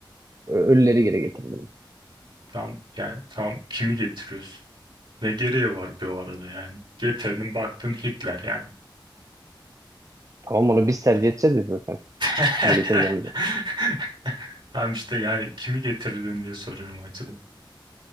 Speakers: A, on the right (about 40°); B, on the right (about 75°).
A: Ö- Ölüleri geri getirdim.
B: Tam yani tam kimi getiriyorsun? Ne gereği var bir o arada yani? Getirdin baktın Hitler yani.
A: Tamam onu biz tercih edeceğiz ya zaten.
B: <laughs>
A: Kimi getireceğim diye.
B: Tam işte yani kimi getirdin diye soruyorum o açıdan.